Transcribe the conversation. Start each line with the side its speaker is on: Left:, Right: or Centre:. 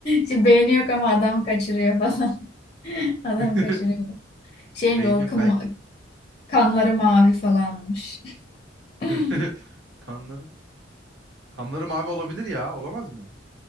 Left: Şimdi beyni yok ama adam kaçırıyor falan. <laughs> Adam
Right: <laughs>
Left: kaçırıyor. Şey
Right: Beyin
Left: o
Right: yok
Left: kım-
Right: belki.
Left: kanları mavi falanmış. <laughs>
Right: <laughs> Kanları kanları mavi olabilir ya olamaz mı?